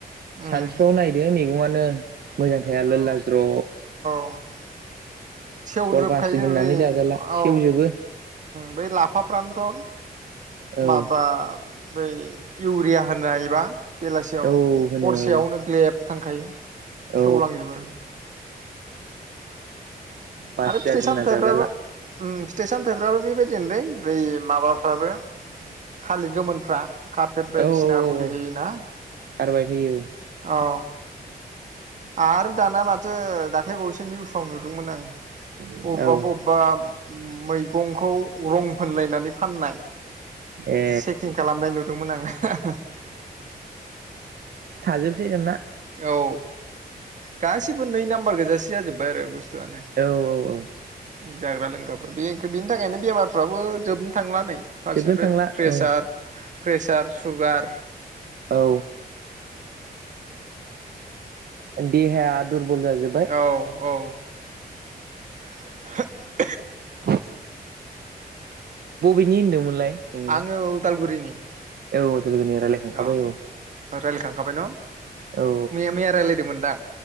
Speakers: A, on the right; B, on the right.
A: उम
B: सानसुआव नायदो मैगङानो मोजां थाया लोल्ला ज्र
A: ब सेवजोबखायो
B: हर बासि दोननानै
A: बे
B: जाजाला सेवजोबो
A: औ बे लाफा फ्रान्थ'
B: औ
A: माबा बै इउरिया होनाय बा बेलासियाव
B: औ होनो
A: हरसेयावनो
B: औ
A: ग्लेब थांखायो
B: औ
A: सेवलांजोबो
B: बास
A: आरो
B: जागोनना
A: फिथाइ सामथाइफ्राबो
B: जाजाला
A: उम फिथाइ सामथायाइफ्राबो बेबायदिनोलै बै माबाफ्राबो थालिर गोमोनफ्रा कारपेट बायदिसिना
B: औ औ
A: मुलि
B: औ
A: होयो ना
B: खारबाय थैयो
A: औ आरो दाना माथो दाखाय बावैसो निउस <inaudible> नुदोंमोन आं
B: औ
A: बबेबा
B: औ
A: बबेबा मैगंखौ रं फोनलायनानै फाननाय
B: ए
A: चेकिं खालामनाय नुदोंमोन आङो हा ह
B: थाजोब जसेगोना
A: औ गासिबो नै नाम्बार गोजासे जाजोबबाय आरो बस् बसतुआनो
B: औ औ
A: जाग्रा लोंग्राफ्रा बे बेनि थाखायनो बेमारफ्राबो जोबनो थांला नै फारसेनिफ्राय
B: जोबनो थांला
A: प्रेसार
B: औ
A: प्रेसार सुगार
B: औ देहाया दुरबल जाजोब्बाय
A: औ औ <unintelligible>
B: <inaudible> बबेनि होनदोंमोनलाय? नोङो
A: आङो उदालगुरिनि। <inaudible>
B: औ लोगोनि रायज्लायखांखाबाय
A: अ
B: औ
A: रायलायखांखाबाय न'
B: औ
A: मैया मैया राय्लायदोंमोनदां